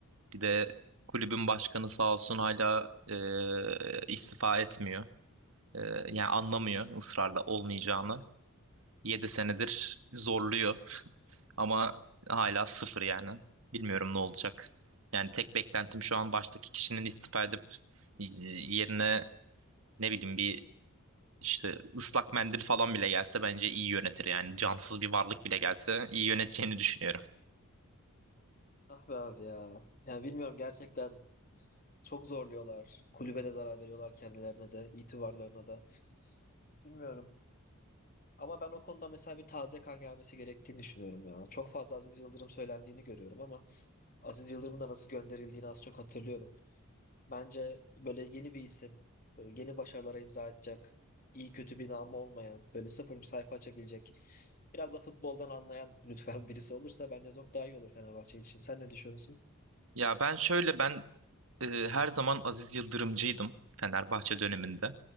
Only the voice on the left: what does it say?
Ah be abi ya. Yani bilmiyorum gerçekten çok zorluyorlar. Kulübe de zarar veriyorlar kendilerine de, itibarlarına da. Bilmiyorum. Ama ben o konuda mesela bir taze kan gelmesi gerektiğini düşünüyorum ya. Çok fazla Aziz Yıldırım söylendiğini görüyorum ama Aziz Yıldırım'ın da nasıl gönderildiğini az çok hatırlıyorum. Bence böyle yeni bir isim, böyle yeni başarılara imza atacak, iyi kötü bir namı olmayan, böyle sıfır bir sayfa açabilecek, biraz da futboldan anlayan <laughs> lütfen birisi olursa bence çok daha iyi olur Fenerbahçe için. Sen ne düşünüyorsun?